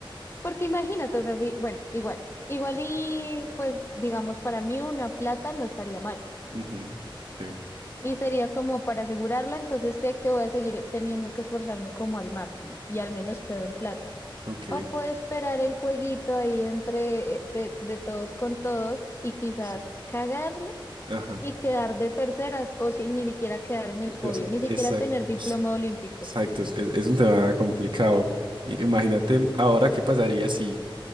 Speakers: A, on the left; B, on the right.
A: porque imagínate, o sea, sí, bueno, igual, igual y pues digamos para mí una plata no estaría mal
B: Ujú, Sí,
A: Y sería como para asegurarla, entonces sé que voy a seguir teniendo que esforzarme como al máximo y al menos
B: Sí,
A: quedo en plata.
B: ok.
A: O puedo esperar el jueguito ahí entre eh, de, de todos con todos y quizás
B: sí.
A: cagarla
B: Ajá.
A: y quedar de terceras o sin ni siquiera quedar en el podio,
B: Perce-
A: ni siquiera
B: Exacto.
A: tener diploma olímpico.
B: Exacto. Es, es- es un tema complicado. I- Imagínate ahora qué pasaría si.